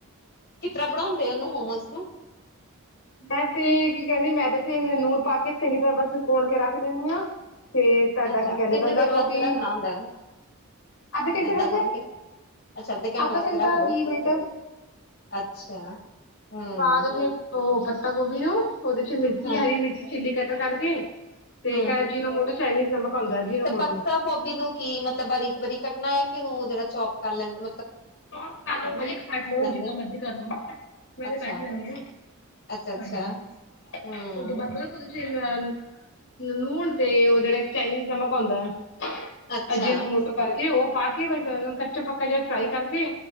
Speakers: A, on the left; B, on the left.
A: ਕਿ ਤਰ੍ਹਾਂ ਬਣਾਉਂਦੇ? ਉਹ ਨੂੰ ਮਮੋਸ ਨੂੰ?
B: ਮੈਂ ਤੇ ਕੀ ਕਹਿੰਦੀ! ਮੈਂ ਤੇ ਲੂਣ ਪਾ ਕੇ ਚੰਗੀ ਤਰ੍ਹਾਂ ਸਕੁੜ ਕੇ ਰੱਖ ਦਿੰਦੀ ਆਂ। ਫੇਰ! ਤੁਹਾਡਾ
A: ਅੱਛਾ
B: ਕੀ ਕਹਿੰਦੇ
A: ਕਿੰਨੇ
B: ਬੰਦਾ
A: ਦੇਰ
B: ਗੋਭੀ
A: ਵਾਸਤੇ ਰੱਖਣਾ ਹੁੰਦਾ ਇਹਨੂੰ
B: ਅੱਧ ਘੰਟੇ
A: ਏਦਾਂ
B: ਬਸ?
A: ਗੁੰਨ ਕੇ ਅੱਛਾ ਅੱਧੇ ਘੰਟੇ
B: ਅੱਧਾ
A: ਵਾਸਤੇ
B: ਘੰਟਾ
A: ਰੱਖ ਦੋ
B: ਵੀਹ ਮਿੰਟ।
A: ਅੱਛਾ ਹੂੰ
B: ਬਾਅਦ ਫੇਰ ਉਹ ਪੱਤਾ ਗੋਭੀ ਨੂੰ! ਉਹ ਉਹਦੇ ਚ ਮਿਰਚੀ,
A: ਹਾਂ
B: ਹਰੀ ਮਿਰਚ, ਚਿੱਲੀ ਕਟਰ ਕਰਕੇ ਤੇ
A: ਹੂੰ
B: ਇੱਕ ਜੀਨੂ ਮੋਟਾ ਚਾਈਨੀਜ਼ ਨਮਕ ਆਉਂਦਾ ਜੀਨੋ
A: ਤੇ
B: ਮੋਟੋ
A: ਪੱਤਾ ਗੋਬੀ ਨੂੰ ਕੀ! ਮਤਲਬ ਬਾਰੀਕ ਬਾਰੀਕ ਕਟਨਾ ਹੈ। ਕਿ ਉਹਨੂੰ ਜਿਹੜਾ ਚੌਪ ਕਰ ਲੈਣਾ
B: ਬ ਕਰ ਲੋ ਕੱਟ ਲਓ
A: ਲੈਂਦੇ
B: ਜਿੱਦਾਂ ਮਰਜੀ ਕਰ ਲੋ ਮੈਂ
A: ਅੱਛਾ
B: ਤੇ ਕੱਟ ਲੈਂਦੀ ਹਾਂ
A: ਅੱਛਾ ਅੱਛਾ
B: ਹਾਂਜੀ!
A: ਹੂੰ
B: ਓਦੇ ਬਾਅਦ ਪਤਾ ਅ ਲੂਣ ਤੇ ਉਹ ਜਿਹੜੇ ਚਾਈਨੀਜ਼ ਨਮਕ ਆਉਂਦਾ ਹੈ।
A: ਅੱਛਾ
B: ਅਜਿਨੋ ਮੋਟੋ ਕਰਕੇ। ਉਹ ਪਾ ਕੇ ਤੇ ਕੱਚਾ ਪੱਕਾ ਜਿਹਾ ਫਰਾਈ ਕਰਕੇ